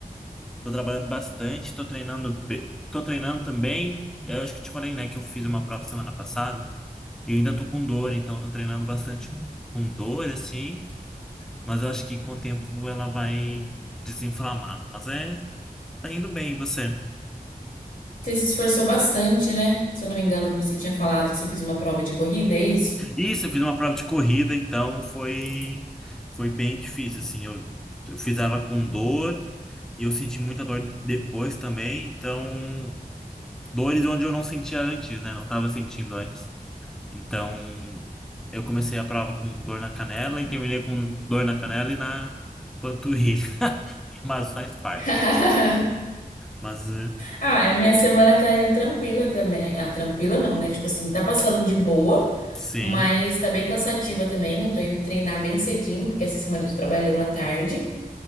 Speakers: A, in the centre; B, on the left.
A: Tô trabalhando bastante, tô treinando... be- Tô treinando também. Eu acho que te falei, né? Que eu fiz uma prova semana passada. E Eu ainda tô com dor, então eu tô treinando bastante com dor, assim, mas eu acho que com o tempo ela vai desinflamar. Mas é, tá indo bem, e você?
B: Você se esforçou bastante, né? Se eu não me engano, que você tinha falado que você fez uma prova de corrida, é isso?
A: Isso, eu fiz uma prova de corrida, então foi, foi bem difícil, assim, eu, eu fiz ela com dor e eu senti muita dor depois também, então, dores onde eu não sentia antes, né, não tava sentindo antes. Então, eu comecei a prova com dor na canela e terminei com dor na canela e na panturrilha, <laughs> mas faz parte.
B: <laughs>
A: Mas eh,
B: Ah, a minha semana tá indo tranquila também. Ah, tranquila não, né? Tipo assim, tá passando de boa,
A: sim.
B: mas tá bem cansativa também. Eu tô indo treinar bem cedinho, porque essa semana eu tô trabalhando à tarde.